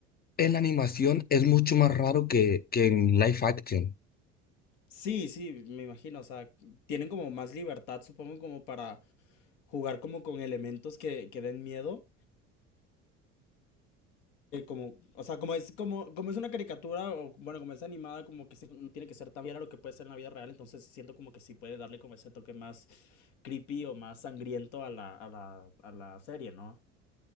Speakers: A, on the left (about 25°); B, on the left (about 70°).
A: en la animación es mucho más raro que, que en live action.
B: Sí, sí, me imagino, o sea, tienen como más libertad, supongo, como para jugar como con elementos que, que den miedo. que como, o sea, como es, como, como es una caricatura, o bueno, como es animada, como que sí, no tiene que ser tan fiel a lo que puede ser en la vida real, entonces siento como que sí puede darle como ese toque más creepy o más sangriento a la, a la, a la serie, ¿no?